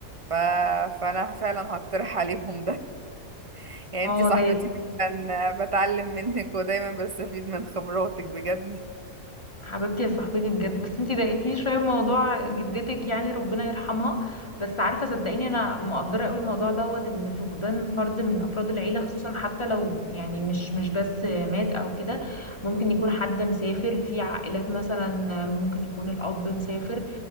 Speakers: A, on the right; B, on the left.
A: ف... فانا فعلا هقترح عليهم ده <laughs> يعني
B: اه
A: انتي صاحبتي
B: ده
A: فعلا بتعلم منك ودايما بستفيد من خبراتك بجد
B: حبيبتي يا صاحبتي بجد بس انتي ضايقتيني شويه بموضوع جدتك يعني ربنا يرحمها بس عارفه صدقيني انا مقدره قوي الموضوع دوت ان فقدان فرد من افراد العيله خصوصا حتى لو يعني مش مش بس مات او كده ممكن يكون حد مسافر في عائلات مثلا ممكن يكون الاب مسافر